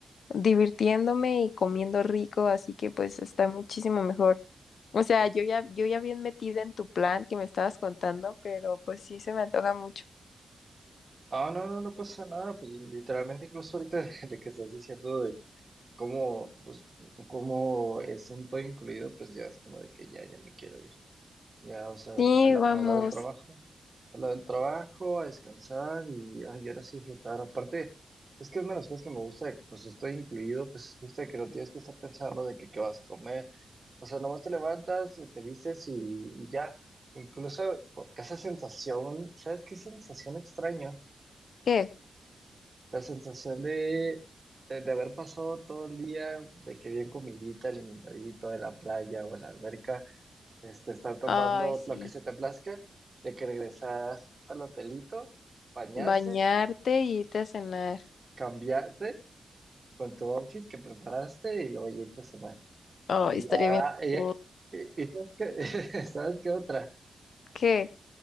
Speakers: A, on the left; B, on the right.
A: divirtiéndome y comiendo rico, así que pues está muchísimo mejor. O sea, yo ya, yo ya bien metida en tu plan que me estabas contando, pero pues sí se me antoja mucho.
B: No, no, no, no pasa nada, pues literalmente incluso ahorita <laughs> de que estás diciendo como, pues, como es un todo incluido, pues ya es como de que ya, ya me quiero ir. Ya, o sea,
A: Sí,
B: a la,
A: vamos.
B: a la del trabajo, a la del trabajo, a descansar y, ay, ahora sí disfrutar. Aparte, es que es una de las cosas que me gusta de que, pues, estoy incluido, pues, gusta que no tienes que estar pensando de que qué vas a comer. O sea, nomás te levantas, te vistes y, y ya. Incluso esa sensación, ¿sabes qué sensación extraño?
A: ¿Qué?
B: La sensación de, de, de haber pasado todo el día, de que bien comidita, alimentadito, de la playa o en la alberca, este, estar tomando
A: Ay, sí.
B: lo que se te plazca, de que regresar al hotelito, bañarse,
A: Bañarte y irte a cenar.
B: cambiarte con tu outfit que preparaste y luego irte a cenar.
A: Ay,
B: Y
A: estaría
B: ya,
A: bien. a
B: y,
A: gusto.
B: y- y sabes qué, <laughs> ¿sabes qué otra?
A: ¿Qué?